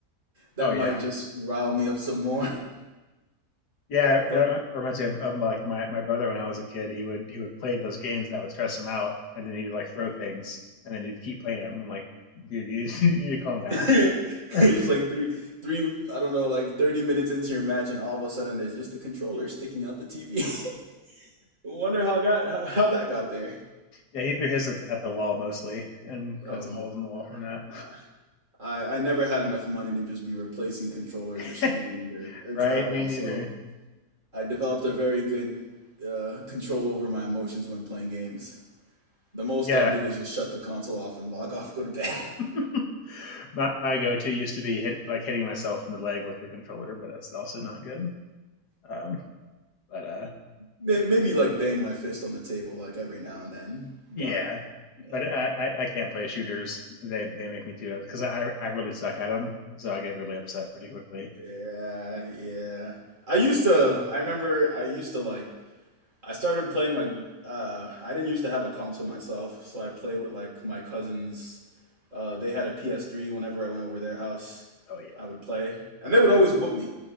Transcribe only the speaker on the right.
That
might just rile me up some more. <laughs>
But
<laughs> It's
just like three, three, I don't know, like 30 minutes into your match, and all of a sudden there's just a controller sticking out the TV. <laughs> Wonder how got how, how that got there.
Oh,
nah. I, I never had enough money to just be replacing controllers or
screens or, or
drywall,
so I developed a very good uh, control over my emotions when playing games. The most
I'll do is just shut the console off and log <laughs> off, go to bed. <laughs>
May- Maybe like bang my fist on the table like every now and then, but
yeah.
Yeah, yeah. I used to, I remember I used to like, I started playing like, uh, I didn't used to have a console myself, so I played with like my cousins. Uh, they had a PS3 whenever I went over their house,
I would play, and they would always whoop me.